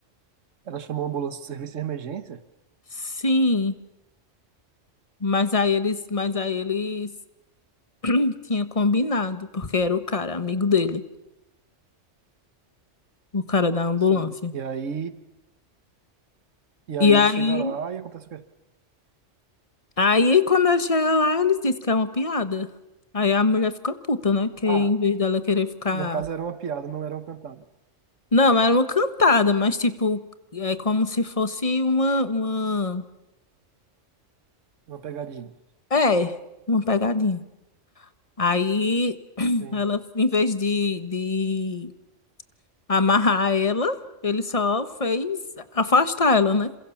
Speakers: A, on the right (about 90°); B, on the left (about 30°).
A: ela chamou a ambulância do serviço de emergência?
B: sim, mas aí eles, mas aí eles tinha combinado, porque era o cara, amigo dele, o cara da ambulância.
A: Sim. E aí, e aí
B: E aí
A: ele chega lá e acontece o quê?
B: Aí, quando eu cheguei lá, eles disseram que é uma piada. Aí a mulher fica puta, né? Que
A: Ah,
B: em vez dela querer ficar.
A: no caso era uma piada, não era uma cantada.
B: Não, era uma cantada, mas tipo, é como se fosse uma, uma...
A: Uma pegadinha.
B: É, uma pegadinha. Aí <clears throat>
A: Entendi.
B: ela, em vez de, de amarrar ela, ele só fez afastar ela, né?